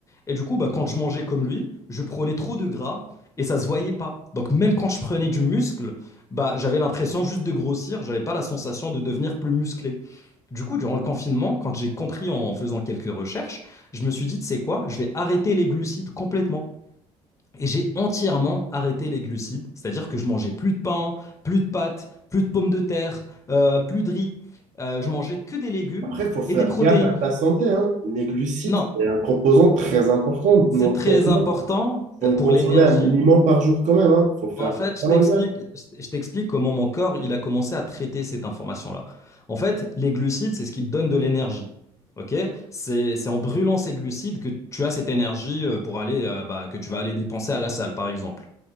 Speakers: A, on the left; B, on the right.
A: Et du coup, bah, quand je mangeais comme lui, je prenais trop de gras et ça se voyait pas. Donc même quand je prenais du muscle, bah j'avais l'impression juste de grossir, j'avais pas la sensation de devenir plus musclé. Du coup, durant le confinement, quand j'ai compris en faisant quelques recherches, je me suis dit, c'est quoi Je vais arrêter les glucides complètement. Et j'ai entièrement arrêté les glucides, c'est-à-dire que je mangeais plus de pain, plus de pâtes, plus de pommes de terre, euh, plus de riz. Euh, je mangeais que des légumes
B: Après, il faut faire
A: et des protéines.
B: gaffe à ta santé, hein. Les glucides,
A: Non,
B: c'est un composant très important de
A: c'est
B: nos
A: très
B: corps. Il
A: important
B: faut
A: euh, pour
B: en consommer
A: l'énergie
B: un minimum par jour quand même, hein. faut faire
A: En fait, je
B: vraiment
A: t'explique,
B: gaffe.
A: je t'explique comment mon corps il a commencé à traiter cette information-là. En fait, les glucides, c'est ce qui te donne de l'énergie. Ok? C'est, c'est en brûlant ces glucides que tu as cette énergie euh, pour aller, euh, bah, que tu vas aller dépenser à la salle, par exemple.